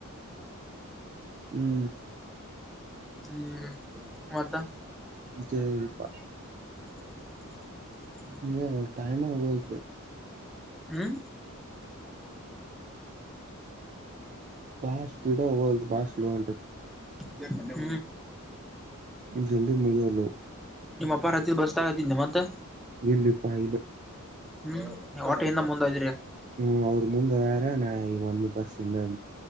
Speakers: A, on the right; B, in the centre.
A: ಹ್ಮ್
B: ಹ್ಮ್ ಮತ್ತ
A: ಜಯಪಾ
B: <inaudible>
A: ಹ ಟೈಮ್ ಹಗೋಲ್ತ್
B: ಹ್ಮ್
A: ಬಾಸ್ ಪಿಡೋ ಲ್ ಬಾ ಲೋಂಟ
B: ಇದ ಹ್ಮ
A: ಜಲ್ದಿ ಮುಜಲೋ
B: ನಿಮ್ಮ ಅಪ್ಪ ರಾತ್ರಿ ಬಸ್ಸನಾಗ ಹತ್ತೀನ ಮತ್ತೆ
A: ಎಲ್ಲಿ ಪಾಯ ಇಲು
B: ಹ್ಮ್ ವಟ್ಟ ಇನ್ನ ಮುಂದ ಅದಿರಿ
A: ಹ್ಮ್ ಅವ್ರು ಮುಂದವರ ನಾ ಇ ಒಂದ ಬಸ್ಸ ಹಿಂದ ಅದೇನಿ